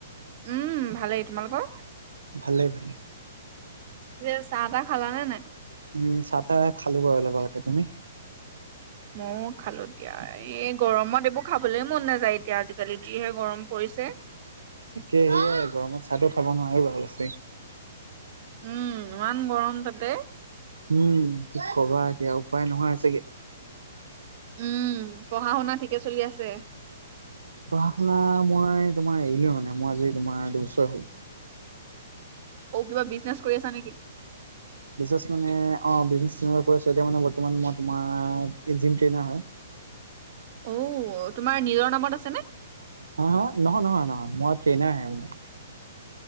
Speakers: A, on the right; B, on the right.
A: উম ভালেই। তোমালোকৰ?
B: ভালে, ভালে।
A: ছে চাহ-তাহ খালানে নাই?
B: উম চাহ-তাহ খালোঁ বাৰু অলপ আগতে। তুমি?
A: ময়ো খালোঁ দিয়া। এই গৰমত এইবোৰ খাবলৈ মন নাযায় এতিয়া আজিকালি যিহে গৰম পৰি ইছে।
B: তাকে সেয়াই গৰমত চাহটো খাব নোৱাৰি বাও সঁচায়।
A: উম ইমান গৰম তাতে।
B: উম কি কবা এতিয়া উপায় নোহোৱা হৈচেগে।
A: উম পঢ়া-শুনা ঠিকে চলি আছে?
B: পঢ়া-শুনা মই তোমাৰ এৰিলো মানে। মই আজি তোমাৰ দুবছয়ে হ'ল।
A: অ' কিবা বিজনেচ কই আছা নে কি?
B: বিচেচ মানে অ' বিজনেচ তেনেকুৱা কইছো। এতিয়া মানে বৰ্তমান মই তোমাৰ এ জিম ট্ৰেইনাৰ হয়। <inaudible>
A: অ' তোমাৰ নিজৰ নামত আছেনে?
B: হা, হা নহয়, নহয়, নহয় মই ট্ৰেইনাৰ হে মানে।